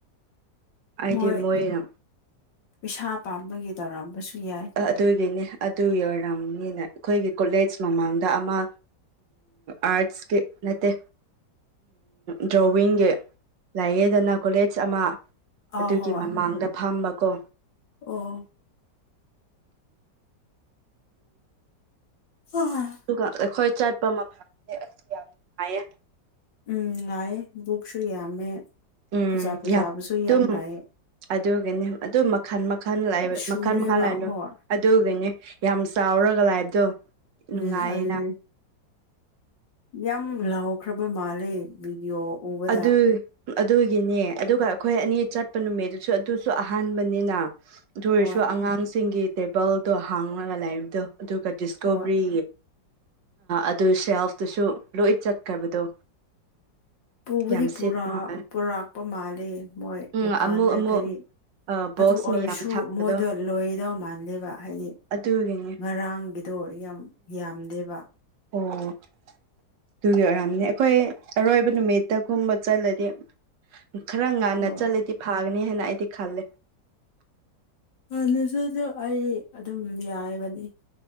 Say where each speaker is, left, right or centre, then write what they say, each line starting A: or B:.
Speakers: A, on the right; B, on the left.
A: ꯑꯩꯗꯤ
B: ꯃꯣꯏ
A: ꯃꯣꯏꯅ
B: ꯄꯩꯁꯥ ꯄꯥꯝꯕꯒꯤ ꯇꯧꯔꯝꯕꯁꯨ ꯌꯥꯏ
A: ꯑꯗꯨꯒꯤꯅꯤ ꯑꯗꯨꯒꯤ ꯑꯣꯏꯔꯝꯅꯤ ꯒꯤꯅ ꯑꯩꯈꯣꯏꯒꯤ ꯀꯣꯂꯦꯖ ꯃꯃꯥꯡꯗ ꯑꯃ ꯑꯥꯔꯠꯁꯀꯤ ꯅꯠꯇꯦ ꯗ꯭ꯔꯣꯋꯤꯡꯒꯤ ꯂꯥꯏꯌꯦꯗꯅ ꯀꯣꯂꯦꯖ ꯑꯃ
B: ꯑꯥ
A: ꯑꯗꯨꯒꯤ
B: ꯍꯣꯏ
A: ꯃꯃꯥꯡꯗ ꯐꯝꯕꯀꯣ
B: ꯑꯣ ꯍ ꯍ <inaudible>
A: ꯑꯗꯨꯒ ꯑꯩꯈꯣꯏ ꯆꯠꯄ ꯃꯐꯝꯁꯦ ꯑꯩꯁ ꯌꯥꯝ ꯅꯨꯡꯉꯥꯏꯌꯦ
B: ꯎꯝ ꯉꯥꯏꯌꯦ ꯕꯨꯛꯁꯨ ꯌꯥꯝꯃꯦ
A: ꯎꯝ
B: ꯐꯖ ꯐꯖꯕꯁꯨ
A: ꯌꯥꯝ ꯑꯗꯨꯝ
B: ꯌꯥꯝ ꯂꯩ
A: ꯑꯗꯨꯒꯤꯅꯤ ꯑꯗꯨ ꯃꯈꯜ ꯃꯈꯜ ꯂꯩꯑꯦꯕ
B: ꯁꯨꯔꯦꯕ
A: ꯃꯈꯜ ꯃꯈꯜ ꯂꯩꯗꯣ
B: ꯍꯣꯏ
A: ꯑꯗꯨꯒꯤꯅꯦ ꯌꯥꯝ ꯆꯥꯎꯔꯒ ꯂꯥꯏꯕꯗꯣ ꯅꯨꯡꯉꯥꯏꯌꯦꯅ
B: ꯎꯝ ꯑꯗꯨꯅꯦ ꯌꯥꯝ ꯂꯥꯎꯈ꯭ꯔꯕ ꯃꯥꯜꯂꯦ ꯚꯤꯗꯤꯑꯣ ꯎꯕꯗ
A: ꯑꯗꯨ ꯑꯗꯨꯒꯤꯅꯦ ꯑꯗꯨꯒ ꯑꯩꯈꯣꯏ ꯑꯅꯤ ꯆꯠꯄ ꯅꯨꯃꯤꯠꯇꯁꯨ ꯑꯗꯨꯁꯨ ꯑꯍꯥꯟꯕꯅꯤꯅ ꯑꯗꯨ
B: ꯍꯣꯏ
A: ꯑꯣꯏꯔꯁꯨ ꯑꯉꯥꯡꯁꯤꯡꯒꯤ ꯇꯦꯕꯜꯗꯣ ꯍꯥꯡꯉꯒ ꯂꯩꯕꯗꯣ ꯑꯗꯨꯒ ꯗꯤꯁꯀꯣꯕꯔꯤ
B: ꯍꯣꯏ
A: ꯑꯗꯨ ꯁꯦꯞꯇꯨꯁꯨ ꯂꯣꯏ ꯆꯠꯈ꯭ꯔꯕꯗꯣ
B: ꯄꯨꯕꯨꯗꯤ
A: ꯌꯥꯝ
B: ꯄꯨꯔꯥ
A: ꯁꯦꯠꯄ ꯃꯥꯜꯂꯦ
B: ꯄꯨꯔꯛꯄ ꯃꯥꯂꯦ ꯃꯣꯏ
A: ꯎꯝ
B: ꯃꯄꯥꯟꯗ
A: ꯑꯃꯨꯛ ꯑꯃꯨꯛ
B: ꯀꯔꯤ
A: ꯑ ꯕꯣꯛꯁ
B: ꯑꯗꯨ ꯑꯣꯏꯔꯁꯨ
A: ꯃꯌꯥꯝ ꯊꯥꯕꯗꯣ
B: ꯃꯣꯏꯗꯣ ꯂꯣꯏꯗꯧ ꯃꯥꯜꯗꯦꯕ ꯍꯥꯏꯗꯤ
A: ꯑꯗꯨꯒꯤꯅꯦ
B: ꯉꯔꯥꯡꯒꯤꯗꯣ ꯌꯥꯝ ꯌꯥꯝꯗꯦꯕ
A: ꯑꯣ ꯑꯗꯨꯒꯤ ꯑꯣꯏꯔꯝꯅꯤ ꯑꯩꯈꯣꯏ ꯑꯔꯣꯏꯕ ꯅꯨꯃꯤꯠ ꯇꯒꯨꯝꯕ ꯆꯠꯂꯗꯤ ꯈꯔ ꯉꯥꯟꯅ
B: ꯑꯣ
A: ꯆꯠꯂꯗꯤ ꯐꯥꯒꯅꯤ ꯍꯥꯏꯅ ꯑꯩꯗꯤ ꯈꯜꯂꯦ
B: ꯍꯟꯅꯁꯨꯗꯨꯝ ꯑꯩ ꯑꯗꯨꯝ ꯌꯥꯔꯤꯕꯅꯤ